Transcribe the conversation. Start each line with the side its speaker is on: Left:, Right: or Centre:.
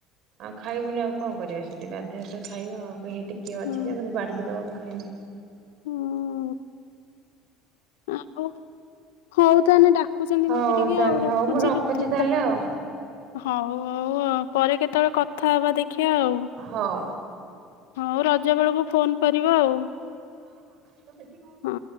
Right: ଆଉ ଖାଇବୁନି ଆଉ କଣ କରିବେ ସେଇଠି ବାଧ୍ୟରେ ତ ଖାଇବା ଆଉ ସେଠି କିଏ ଅଛି
Left: ହୁଁ
Right: ଯେ ମତେ ବାଢ଼ିକି ଦବ ମୁଁ ଖାଇବି।
Left: ହଁ। ଆଉ ହଉ ତାହେଲେ ଡାକୁଚନ୍ତି
Right: ହଉ
Left: ମତେ ଟିକେ
Right: ତାହେଲେ
Left: ଆଉ ରଖୁଚି
Right: ହଉ ମୁଁ ରଖୁଛି
Left: କେତେ
Right: ତାହେଲେ ଆଉ
Left: ହଉ ହଉ ଆଉ ପରେ କେତେବେଳେ କଥା ହବା ଦେଖିଆ ଆଉ
Right: ହଉ।
Left: ହଉ ରଜ ବେଳକୁ ଫୋନ କରିବ ଆଉ
Right: ତ ସେଠି କ
Left: ହୁଁ।